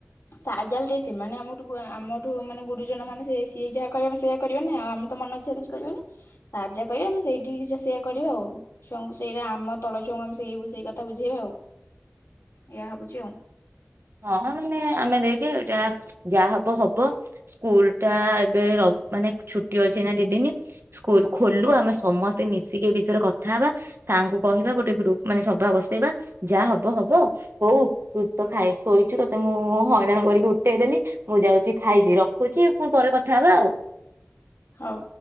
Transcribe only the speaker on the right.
ହଁ ମାନେ, ଆମେ ଦେଖେ ଏଇଟା, ଯାହା ହବ ହବ। ସ୍କୁଲ ଟା ଏବେ ର, ମାନେ ଛୁଟି ଅଛି ନା ଦିଦିନି। ସ୍କୁଲ ଖୋଲୁ, ଆମେ ସମସ୍ତେ ମିଶିକି ଏ ବିଷୟରେ କଥା ହେବା, ସାଙ୍କୁ କହିବା ଗୋଟେ ଗ୍ରୁପ ମାନେ ସଭା ବସେଇବା, ଯାହା ହବ ହବ, ହୋଉ, ତୁ ତ ଖାଇ ଆସ ଶୋଇଚୁ, ତତେ ମୁଁ ହଇରାଣ କରିକି ଉଠେଇଦେଲି, ମୁଁ ଯାଉଛି ଖାଇବି, ରଖୁଚି, ପୁଣି ପରେ କଥା ହବା ଆଉ।